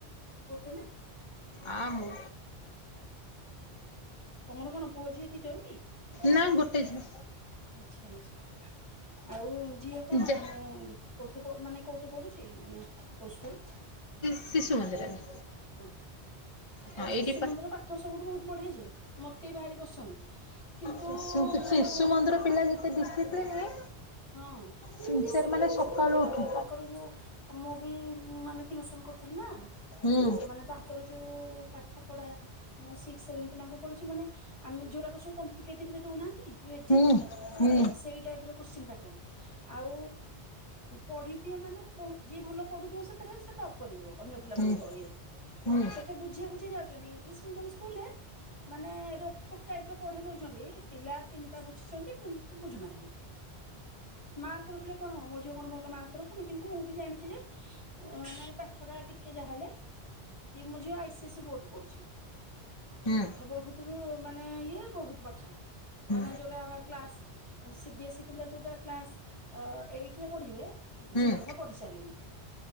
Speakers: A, on the right; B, on the left.
A: ଗୋଟେ ନା।
B: ଆ ମୁଁ।
A: ତମର କଣ ପୁଅ ଝିଅଦି ଜଣ କି
B: ନା ଗୋଟେ ଝିଅ
A: ଆଚ୍ଛା ଆଛା। ଆଉ ଝିଅ କଣ
B: ଯା
A: ମାନେ କୋଥିରେ ପ ମାନେ କୋଉଠି ପଢୁଛି ମାନେ କୋଉ ସ୍କୁଲ?
B: ସେ ଶିଶୁ ମନ୍ଦିରରେ।
A: ଓହ ଆଚଆଲି
B: ହଁ
A: ଶିଶୁ
B: ଏଇଠି
A: ମନ୍ଦିର ପା ଠ ସବୁଠୁ ବହୁତ ବଢିଆ ଯାଏ ମତେ ବି ଭାରି ପସନ୍ଦ। କିନ୍ତୁ
B: ଶିଶୁ କିଛିିଶୁ ମନ୍ଦିର ପିଲା ଯେତେ ଡିସିପ୍ଲିନ।
A: ହଁ
B: ସିନସିୟର
A: ଡିସିପ୍ଲିନ
B: ମାନେ ସକାଳୁ
A: ଶିଖିବେ ତାପରେ
B: ଉଠୁ
A: ତାଙ୍କର ଯୋଉ। ମୁଁ ବି ମାନେ ଟିଉସନ କରିଥିଲି ନା।
B: ହଁ।
A: ମାନେ ତାଙ୍କର ଯୋଉ ପାଠ ପଢା। ମୁଁ ସିକ୍ସ ସେଭେନ ପିଲାଙ୍କୁପଢୁଛି ମାନେ ଆମେ ଯୋଉରାକ ସବୁ କମ୍ପିଟିଏଟିଭି ଦଉନାହାନ୍ତି। ଯୋଉ ଏକଜାମରେ
B: ହୁଁ ହୁଁ
A: ସେଇ ଟାଇପ ର କ୍ୱାସିନି ପାଟନ। ଆଉ ପଢିଥିବ ମାନେ ବହୁ ଯିଏ ଭଲ ପଢୁଥିବ ସେଥିରେ ସେ ଟପ୍ କରିଯିବ। ଅନ୍ୟ ପିଲାମାନଙ୍କ
B: ହୁଁ ହୁଁ
A: ଇଏରେ
B: ହୁଁ
A: ସେଠା ବୁଝେଇ ବୁଝେଇ ଯାଉଛନ୍ତି ଇଂଲିସି ମିଡିୟମ୍ ସ୍କୁଲ ରେ। ମାନେ ରୋକଠକ୍ ଟାଇପ ର ପଢେଇ ଦଉଛନ୍ତି ପିଲା ତିନି ପା ବୁଝିଛନ୍ତି ପୁ ବୁଝୁନାହାନ୍ତି। ମାର୍କ ରଖିଲେ କଣ ହବ ମୋ ଝିଅ କଣ ଭଲ ମାର୍କ ରଖୁନି କିନ୍ତୁ ମୁଁ ବି ଜାଣିଛି ଯେ। ଅ ନାଇଁ ପାଠ ଟା ଟିକେ ଯାହା ହେଲେ ଇଏ ମୁଁ ଝିଅ ଆଇ ସି ଏ ସ ବୋର୍ଡରେ ପଢୁଛି।
B: ହୁଁ
A: ପାଠ ବହୁତ ମାନେ ଇଏ ବହୁତ ପାଠ।
B: ହୁଁ
A: ମାନେ ଯୋଉରା କ୍ଲାସ ସିିବି ଏସ୍ଇ। ପିଲା ଯୋଉଟା କ୍ଲାସ ଆ ଏଇଟି ରେ ପଢିବେ
B: ହୁଁ
A: ଝିଅକା ପଢି ସାରିଲେଣି।